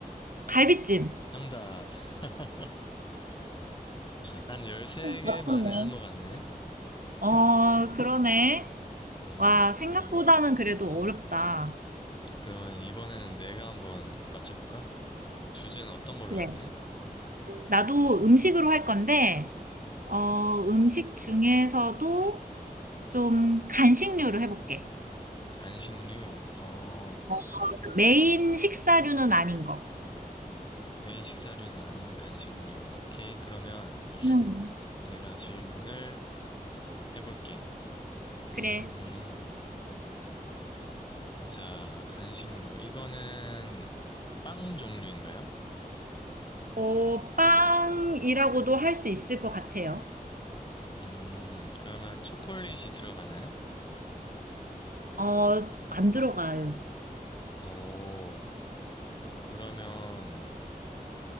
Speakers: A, on the right; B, on the left.
A: 갈비찜.
B: 정답. <laughs> 한 13개
A: 맞췄네.
B: 만에 한 것 같네.
A: 어, 그러네.
B: 음,
A: 와, 생각보다는 그래도 어렵다.
B: 그러면 이번에는 내가 한번 맞춰볼까? 주제는 어떤 걸로
A: 그래.
B: 할래?
A: 나도 음식으로 할 건데, 어, 음식 중에서도 좀 간식류를 해볼게.
B: 간식류, 어,
A: 그러니까 메인 식사류는 아닌 거.
B: 메인 식사류는 아닌 간식류. 오케이, 그러면
A: 음.
B: 내가 질문을 해볼게. 음,
A: 그래.
B: 보자, 간식류. 이거는 빵 종류인가요?
A: 어, 빵이라고도 할 수 있을 것 같아요.
B: 음, 그러면 초콜릿이 들어가나요?
A: 어, 안 들어가요.
B: 오, 그러면